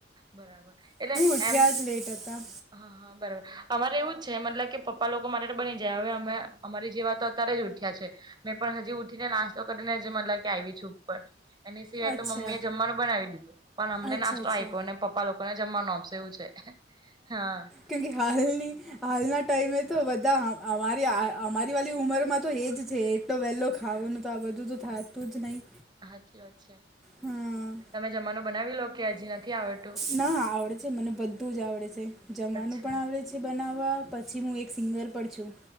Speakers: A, on the right (about 25°); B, in the centre.
A: બરાબર એટલે
B: ઉઠ્યા
A: એમ.
B: જ લેટ હતા
A: હા હા બરાબર અમારે એવું જ છે મતલબ કે પપ્પા લોકો માટે બની જાય હવે અમે. અમારી જેવા તો અત્યારે જ ઉઠ્યા છે મેં પણ હજી ઉઠીને નાસ્તો કરીનેજ મને લ કે આવી છું ઉપર. એની સિવાય
B: અચ્છા
A: તો મમ્મી એ જમવાનું બનાવી દીધું પણ અમને
B: અચ્છા
A: નાસ્તો.
B: અચ્છા
A: આપ્યો પપ્પા લોકોને જમવાનું આપશે એવું છે હા.
B: ક્યોક હાલની. હાલના ટાઈમે તો બધા અમારી અમારી વાળલી ઉંમરમાં તો એજ છે. એટલો વહેલો ખાવુંનું તો આ બધું તો થતું જ નહીં.
A: હાચી વાત છે
B: હા
A: તમે જમા. બનાવી લો. કે હજી નથી આવડતું
B: ના આવડે છે મને બધું જ આવડે છે જમવાનું
A: અચ્છા
B: પણ આવડે છે. પછ બનાવવા પછી હું એક સિંગર પણ છું.